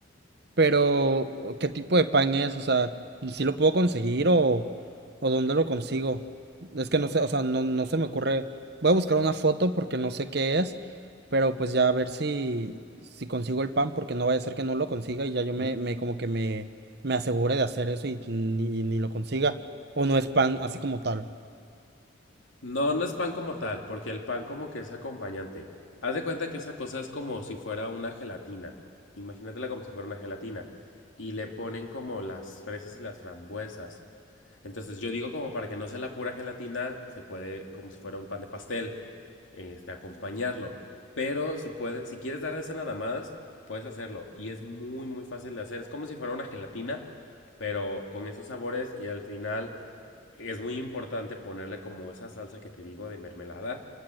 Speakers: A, on the right; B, on the left.
A: Pero, ¿qué tipo de pan es? O sea, si lo puedo conseguir o, o dónde lo consigo? Es que no sé, o sea, no, no se me ocurre. Voy a buscar una foto porque no sé qué es, pero pues ya a ver si, si consigo el pan porque no vaya a ser que no lo consiga y ya yo me, me como que me, me asegure de hacer eso y ni, y ni lo consiga. O no es pan así como tal.
B: No, no es pan como tal, porque el pan como que es acompañante. Haz de cuenta que esa cosa es como si fuera una gelatina. Imagínatela como si fuera una gelatina. Y le ponen como las fresas y las frambuesas. Entonces yo digo como para que no sea la pura gelatina, se puede como si fuera un pan de pastel. este, acompañarlo. Pero si, puedes, si quieres dar esas nadadas, puedes hacerlo. Y es muy, muy fácil de hacer. Es como si fuera una gelatina, pero con esos sabores. Y al final es muy importante ponerle como esa salsa que te digo de mermelada